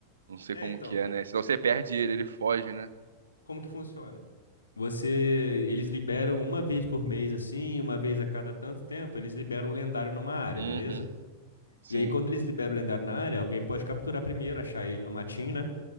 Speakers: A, on the right; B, on the left.
A: não sei
B: É,
A: como
B: então,
A: que é, né? Senão você perde ele, ele foge, né?
B: como que funciona? Você, eles liberam uma vez por mês, assim, uma vez a cada tanto tempo, eles liberam um lendário numa área,
A: Uhum,
B: beleza?
A: sim.
B: E aí, quando eles liberam o lendário na área, alguém pode capturar primeiro, achar ele no matinho, né?